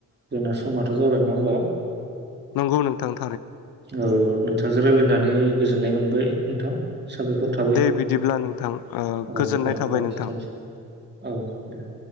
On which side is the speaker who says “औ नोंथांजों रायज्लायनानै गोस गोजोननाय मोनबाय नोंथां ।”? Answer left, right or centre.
Right